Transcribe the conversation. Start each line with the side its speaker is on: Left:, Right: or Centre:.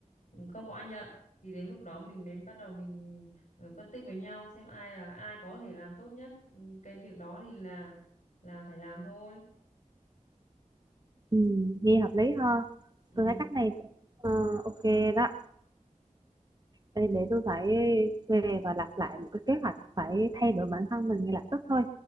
Left: ừ, không có ai nhận thì đến lúc đó mình mới bắt đầu mình ờ, phân tích với nhau xem ai là ai có thể làm tốt nhất Ừ, cái việc đó thì là là phải làm thôi
Right: ừ, nghe hợp lý ha
Left: ừ,
Right: tôi thấy cách này cũng, ờ, ok đó để, để tôi phải về và lập lại một cái kế hoạch phải thay đổi bản thân mình ngay lập tức thôi